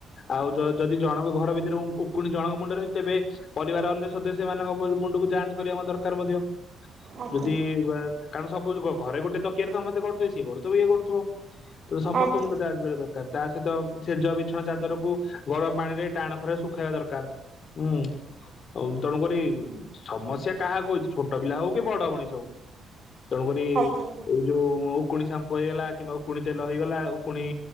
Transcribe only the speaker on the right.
ଆଜ୍ଞା
ଆଜ୍ଞା
ଆଜ୍ଞା।